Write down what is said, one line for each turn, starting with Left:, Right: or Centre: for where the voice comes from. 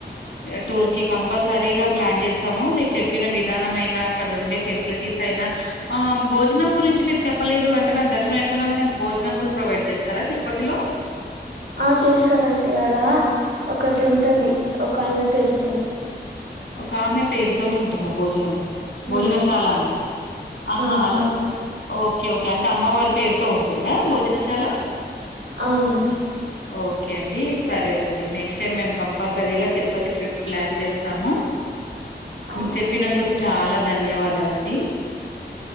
Left: ఆహ్ టూర్ కి కంపల్సరీగా ప్లాన్ చేస్తాము మీరు చెప్పిన విధానమైన. అక్కడ ఉండే ఫెసిలిటీస్ అయినా ఆహ్ భోజనం గురించి మీరు చెప్పలేదు అంటే మనం దర్శనం అయిపోయినాంగనే భోజనం. భోజనం కూడా ప్రొవైడ్ చేస్తారా తిరుపతిలో.
Right: ఆహ్ చేస్తారండి ఆడ. ఒకటి ఉంటది ఒక ఆమె పేరుతోని.
Left: ఒక ఆమె పేరుతోని ఉంటుందా భోజనం. భోజనశాలని
Right: ఉమ్
Left: ఆహా
Right: ఆ
Left: అల్.
Right: అవును
Left: ఓకే ఓకే అంటే అమ్మవారి పేరుతో ఉంటుందా భోజనం. భోజనశాల
Right: అవునండి
Left: ఓకే అండి. సరే అండి నెక్స్ట్ టైమ్ మేము కంపల్సరీగా తిరుపతి ట్రిప్ ప్లాన్ చేస్తాము.
Right: ఆ
Left: చెప్పినందుకు చాలా ధన్యవాదాలండి.